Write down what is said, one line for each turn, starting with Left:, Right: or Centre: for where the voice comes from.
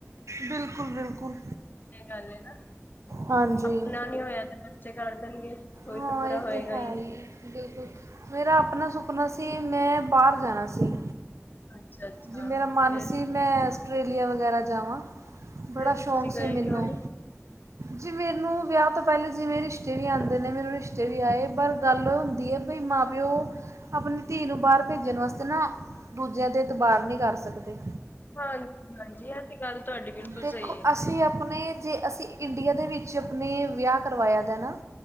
Right: ਬਿਲਕੁਲ ਬਿਲਕੁਲ
Left: ਇਹ ਗੱਲ ਹੈ ਨਾ,
Right: ਹਾਂਜੀ
Left: ਆਪਣਾ ਨਹੀਂ ਹੋਇਆ ਤੇ ਬੱਚੇ ਕਰ ਦੇਣਗੇ। ਉਹੀ
Right: ਹਾਂ
Left: ਤਾਂ, ਪੂਰਾ
Right: ਇਹ
Left: ਹੋਏਗਾ
Right: ਹੈ
Left: ਹੀ।
Right: ਬਿਲਕੁਲ, ਮੇਰਾ ਆਪਣਾ ਸੁਪਨਾ ਸੀ, ਮੈਂ ਬਾਹਰ ਜਾਣਾ ਸੀ।
Left: ਅੱਛਾ ਅੱਛਾ
Right: ਜੀ, ਮੇਰਾ ਮਨ
Left: ਫਿਰ
Right: ਸੀ ਮੈਂ ਆਸਟ੍ਰੇਲੀਆ ਵਗੈਰਾ ਜਾਵਾਂ। ਬੜਾ
Left: ਫਿਰ
Right: ਸ਼ੌਂਕ
Left: ਤੁਸੀਂ
Right: ਸੀ
Left: ਗਏ
Right: ਮੈਨੂੰ।
Left: ਕਿਉਂ ਨੀ
Right: ਜੀ, ਮੈਨੂੰ ਵਿਆਹ ਤੋਂ ਪਹਿਲਾਂ ਜਿਵੇਂ ਰਿਸ਼ਤੇ ਵੀ ਆਉਂਦੇ ਨੇ, ਮੈਨੂੰ ਰਿਸ਼ਤੇ ਵੀ ਆਏ, ਪਰ ਗੱਲ ਹੁੰਦੀ ਹੈ ਬਈ ਮਾਂ। ਪਿਉ ਆਪਣੀ ਧੀ ਨੂੰ ਬਾਹਰ ਭੇਜਣ ਵਾਸਤੇ ਨਾ, ਦੂਜਿਆਂ ਤੇ ਇਤਬਾਰ ਨੀ ਕਰ ਸਕਦੇ।
Left: ਹਾਂਜੀ-ਹਾਂਜੀ, ਇਹ ਤੇ ਗੱਲ ਤੁਹਾਡੀ ਬਿਲਕੁਲ
Right: ਦੇਖੋ,
Left: ਸਹੀ ਹੈ
Right: ਅਸੀਂ ਆਪਣੇ ਜੇ ਅਸੀਂ ਇੰਡੀਆ ਦੇ ਵਿੱਚ ਆਪਣੇ ਵਿਆਹ ਕਰਵਾਇਆ ਦਾ ਨਾ